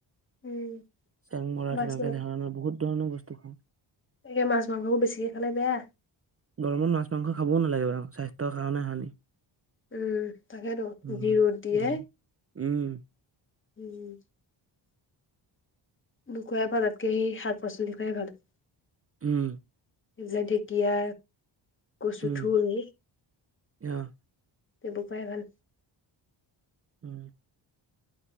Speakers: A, on the left; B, on the right.
A: উম
B: চেং মৰা
A: মাছ
B: তেনেকে ধৰণৰ বহুত ধৰণৰ বস্তু খাওঁ।
A: এ মাছ মাংসবোৰ বেছিকে খালে বেয়া।
B: গৰমত মাছ মাংস খাবওঁ নালাগে বাৰু, স্বাস্থ্যৰ কাৰণে হানি।
A: উম। তাকেতো,
B: উম,
A: যি ৰ'দ দিয়ে।
B: উম, উম।
A: উম। নোখোৱাই ভালতকেই শাক পাচলি খোৱাই ভাল।
B: উম।
A: যে ঢেকীয়া, কচু
B: উম,
A: থুৰ
B: অ',
A: সেইবো খোৱাই ভাল।
B: উম।